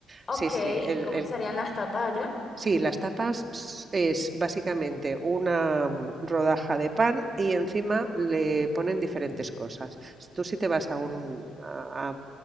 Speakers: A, on the left; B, on the right.
A: Ok,
B: Sí, sí, el,
A: ¿cómo
B: el
A: serían las tapas allá?
B: Sí, las tapas es básicamente una mm, rodaja de pan y encima le ponen diferentes cosas. S- Tú si te vas a, un, a, a